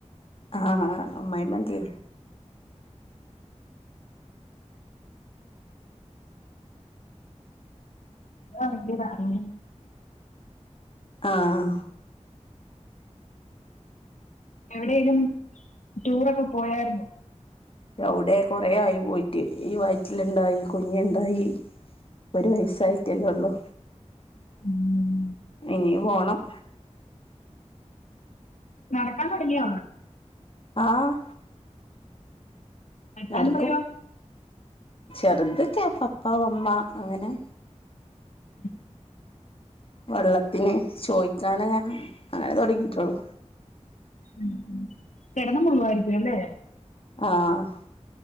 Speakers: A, on the left (about 50°); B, on the left (about 85°).
A: ആ ആ അമ്മയിമ്മ എന്തേ
B: അതാ വല്യ കാര്യം
A: ആഹ്
B: എവിടെലും ടൂറൊക്കെ പോയരുന്നോ
A: എവടെ കൊറെ ആയി പോയിട്ട് ഈ വയറ്റിലുണ്ടായി കുഞ്ഞുണ്ടായി ഒരു വയസ്സായിട്ടല്ലേള്ളൂ
B: ഉം
A: ഇനി പോണം
B: നടക്കാൻ തൊടങ്ങിയോ
A: ആഹ്
B: വെക്കാൻ
A: നരക്കും
B: പറയോ
A: ചെറുത് ക്കെ പപ്പ അമ്മ അങ്ങനെ
B: ഉം
A: വെള്ളത്തിന് ചോയിക്കാങ്ങനെഅങ്ങനെ തൊടങ്ങിയിട്ടുള്ളു
B: ഉം കെടന്ന് മുള്ളുവായിരിക്കുംല്ലേ
A: ആഹ്